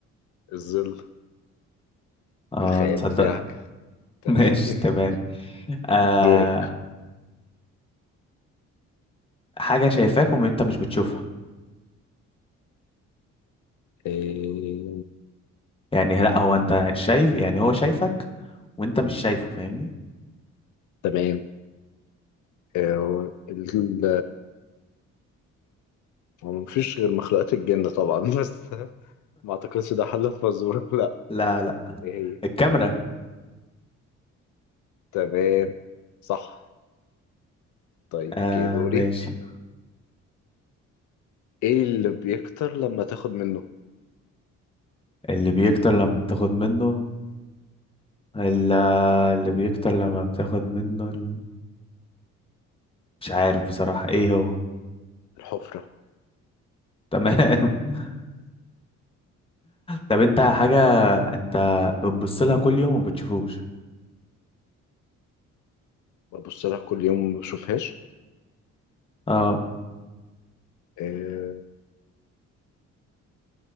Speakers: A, on the left (about 75°); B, on the left (about 20°).
A: الظل
B: اه
A: الخيال
B: تصدق
A: بتاعك
B: <laughs>
A: تمام
B: ماشي
A: <laughs>
B: تمام آه
A: دورك
B: حاجة شايفاك وانت مش بتشوفها
A: إيه...
B: يعني لا هو انت شايف يعني هو شايفك وانت مش شايفه فاهمني
A: تمام إيه... هو ال... هو مفيش غير مخلوقات الجن طبعا <laughs> بس ما اعتقدش ده حل الفزورة <laughs> لا
B: <laughs> لا لا
A: ايه هي
B: الكاميرا
A: تمام صح طيب
B: آه
A: اوكي دوري
B: ماشي
A: ايه اللي بيكتر لما تاخد منه
B: اللي بيكتر لما بتاخد منه اللي, اللي بيكتر لما بتاخد منه ال... مش عارف بصراحة ايه هو
A: الحفرة
B: تمام <laughs> طب انت حاجة انت بتبص لها كل يوم وما بتشوفوش
A: ببص لها كل يوم ما بشوفهاش
B: اه
A: أه